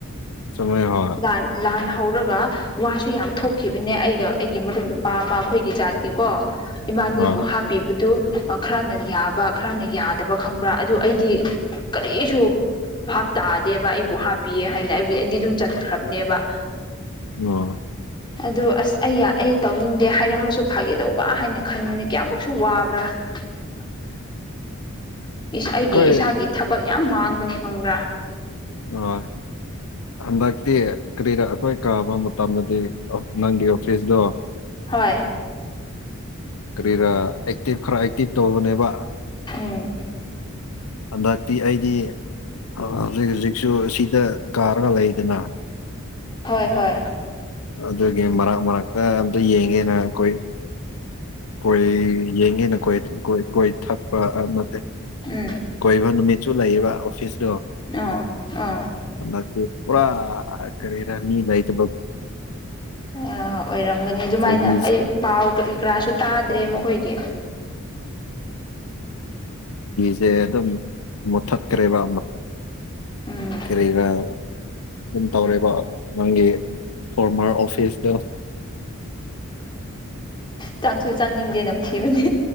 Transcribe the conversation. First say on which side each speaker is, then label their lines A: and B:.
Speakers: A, on the left (about 80°); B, on the left (about 20°).
A: ꯁꯣꯏ ꯍ
B: ꯂꯥꯟ ꯂꯥꯟ ꯍꯧꯔꯒ ꯋꯥꯁꯨ ꯌꯥꯝ ꯊꯣꯛꯈꯤꯕꯅꯦ ꯑꯩꯒ ꯑꯩꯒꯤ ꯃꯔꯨꯞ ꯅꯨꯄꯥ ꯑꯃ ꯑꯩꯈꯣꯏꯒꯤ ꯖꯥꯠꯀꯤꯀꯣ ꯏꯃꯥꯅꯤꯕꯨ
A: ꯑꯥ ꯑꯥ
B: ꯍꯥꯞꯄꯤꯕꯗꯨ ꯈꯔꯅ ꯌꯥꯕ ꯈꯔꯅ ꯌꯥꯗꯕ ꯈꯪꯕ꯭ꯔꯥ ꯑꯗꯨ ꯑꯩꯗꯤ ꯀꯔꯤꯁꯨ ꯚꯥꯞ ꯇꯥꯗꯦꯕ ꯑꯩꯕꯨ ꯍꯥꯞꯄꯤꯌꯦ ꯍꯥꯏꯅ ꯑꯩꯕꯨꯗꯤ ꯑꯩꯗꯤ ꯑꯗꯨꯝ ꯆꯠꯈ꯭ꯔꯕꯅꯦꯕ
A: ꯑ
B: ꯑꯗꯨ ꯑꯁ ꯑꯩ ꯑꯩ ꯇꯧꯅꯤꯡꯗꯦ ꯍꯥꯏꯔꯝꯃꯁꯨ ꯐꯥꯒꯦꯗꯧꯕ ꯍꯥꯏꯅ ꯈꯟꯕꯅꯤ ꯀꯌꯥꯃꯨꯛꯁꯨ ꯋꯥꯕ꯭ꯔꯥ <unintelligible> ꯑꯩꯒꯤ
A: ꯑꯩꯈꯣꯏ
B: ꯏꯁꯥꯒꯤ ꯊꯕꯛ ꯌꯥꯝ ꯃꯥꯡꯕꯅꯦ ꯈꯪꯕ꯭ꯔꯥ
A: ꯑ ꯍꯟꯗꯛꯇꯤ ꯀꯔꯤꯔ ꯑꯩꯈꯣꯏ ꯀꯥꯕ ꯃꯇꯝꯗꯗꯤ ꯅꯪꯒꯤ ꯑꯣꯐꯤꯁꯗꯣ
B: ꯍꯣꯏ
A: ꯀꯔꯤꯔꯥ ꯑꯦꯛꯇꯤꯚ ꯈꯔ ꯑꯦꯛꯇꯤꯚ ꯇꯧꯕꯅꯦꯕ
B: ꯎꯝ
A: ꯍꯟꯗꯛꯇꯤ ꯑꯩꯗꯤ ꯑ ꯍꯧꯖꯤꯛ ꯍꯧꯖꯤꯛꯁꯨ ꯁꯤꯗ ꯀꯥꯔꯒ ꯂꯩꯗꯅ
B: ꯍꯣꯏ ꯍꯣꯏ
A: ꯑꯗꯨꯒꯤ ꯃꯔꯛ ꯃꯔꯛꯇ ꯑꯝꯇ ꯌꯦꯡꯉꯦꯅ ꯑꯩꯈꯣꯏ ꯀꯣꯏ ꯌꯦꯡꯉꯤꯅ ꯀꯣꯏ ꯀꯣꯏ ꯀꯣꯏ ꯊꯛꯄ ꯑꯃ
B: ꯎꯝ
A: ꯀꯣꯏꯕ ꯅꯨꯃꯤꯠꯁꯨ ꯂꯩꯌꯦꯕ ꯑꯣꯐꯤꯁꯇꯣ
B: ꯑꯥ ꯑꯥ
A: ꯍꯟꯗꯛ ꯄꯨꯔꯥ ꯀꯔꯦꯔꯅꯤ ꯂꯩꯥꯏꯇ
B: ꯑ ꯑꯣꯏꯔꯝꯒꯅꯤ ꯑꯗꯨꯃꯥꯏꯅ
A: ꯆꯍꯤ
B: ꯑꯩ ꯄꯚꯥꯎ ꯀꯔꯤ ꯀ ꯥꯁꯨ ꯇꯥꯗ꯭ꯔꯦ ꯃꯈꯣꯏꯒꯤ
A: ꯁꯦ ꯑꯗꯨꯝ ꯃꯨꯠꯊꯠꯈ꯭ꯔꯦꯕ ꯑꯃ
B: ꯎꯝ
A: ꯀꯔꯤꯒ ꯑꯗꯨꯝ ꯇꯧꯔꯦꯕ ꯅꯪꯒꯤ ꯐꯣꯔꯃꯔ ꯑꯣꯐꯤꯁꯇ
B: ꯆꯥꯡꯁꯨ ꯆꯪꯅꯤꯡꯗꯦ ꯅꯝꯊꯤꯕꯅꯤ